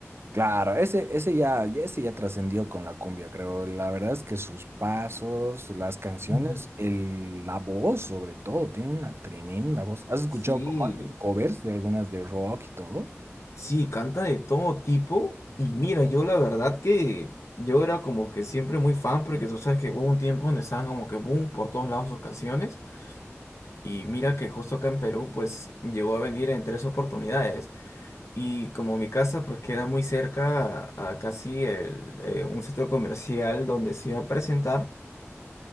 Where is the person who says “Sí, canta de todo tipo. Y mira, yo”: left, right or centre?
Left